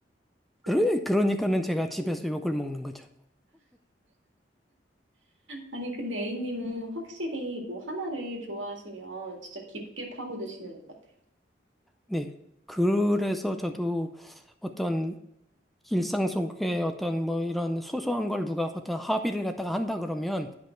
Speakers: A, in the centre; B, on the right.
A: 그러,
B: 대단하시네.
A: 그러니까는 제가 집에서 욕을 먹는 거죠.
B: 아니, 근데 A님은 확실히 뭐 하나를 좋아하시면 진짜 깊게 파고드시는 것 같아요.
A: 네. 그래서 저도 어떤 일상 속에 어떤 뭐 이런 소소한 걸 누가 어떤 합의를 갖다가 한다 그러면